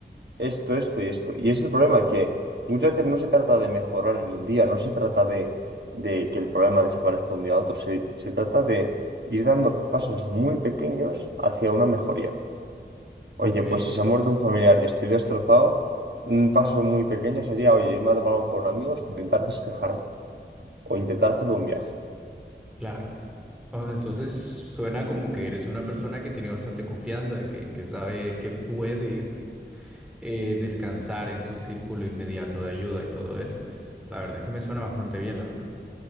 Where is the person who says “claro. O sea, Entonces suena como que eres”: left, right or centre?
Centre